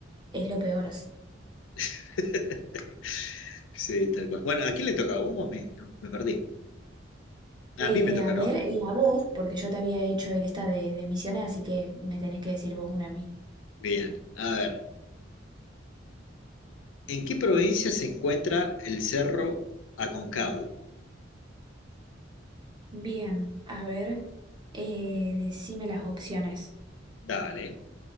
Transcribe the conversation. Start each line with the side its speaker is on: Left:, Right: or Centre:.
Right: es lo peor.
Left: <laughs> Sí, tal cual. Bueno, ¿a quién le toca? ¿A vos o a mí? No, me perdí.
Right: Eh,
Left: A mí me toca,
Right: a ver,
Left: ¿no?
Right: y a vos, porque yo te había hecho esta de, de Misiones, así que me tenés que decir vos una a mí.
Left: Bien, a ver. ¿En qué provincia se encuentra el Cerro Aconcagua?
Right: Bien, a ver, eh, decime las opciones.
Left: Dale.